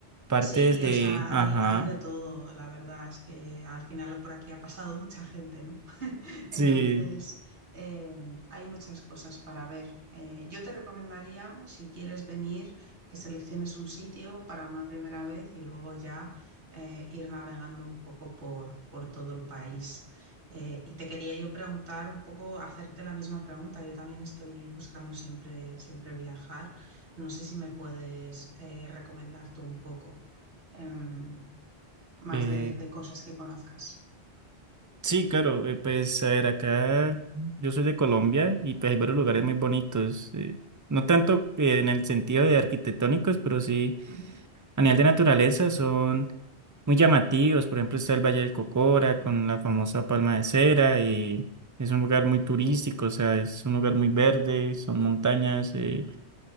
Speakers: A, on the right; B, on the right.
A: partes
B: Sí,
A: de...
B: o sea,
A: Ajá,
B: hay, hay de todo, la verdad es que al final por aquí ha pasado mucha gente, ¿no? <laughs>
A: sí.
B: Entonces, eh, hay muchas cosas para ver. Eh, yo te recomendaría, si quieres venir, que selecciones un sitio para una primera vez y luego ya eh, ir navegando un poco por, por todo el país. Eh, y te quería yo preguntar un poco, hacerte la misma pregunta. Yo también estoy buscando siempre, siempre viajar. No sé si me puedes eh, recomendar tú un poco em, más
A: eh,
B: de, de cosas que conozcas.
A: sí, claro, eh, pues a ver, acá yo soy de Colombia y pues hay varios lugares
B: Ujú,
A: muy bonitos. eh, no tanto eh, en el sentido de arquitectónicos, pero sí.
B: ujú,
A: A nivel de naturaleza son muy llamativos. Por ejemplo, está el Valle del Cocora con la famosa palma de cera y es un lugar muy turístico, o sea, es un lugar muy verde, son montañas eh,